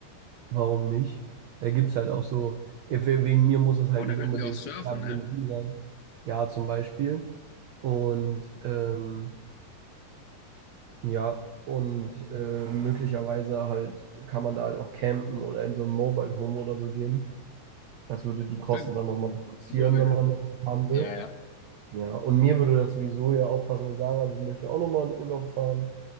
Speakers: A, on the right (about 80°); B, on the left (about 70°).
A: Warum nicht? Da gibt es halt auch so, eh, wegen mir muss es halt
B: Boah, da
A: nicht
B: könnten
A: unbedingt
B: wir auch surfen,
A: Airbnb
B: ne?
A: sein. Ja, zum Beispiel. Und ähm, ja, und äh, möglicherweise halt kann man da halt auch campen oder in so ein Mobile Home oder so gehen. Das würde die Kosten
B: Stimmt.
A: dann nochmal reduzieren,
B: Nur wir
A: wenn
B: könnten.
A: man das haben
B: Ja,
A: will.
B: ja.
A: Ja, und mir würde das sowieso ja auch passen, weil Sarah möchte auch nochmal in Urlaub fahren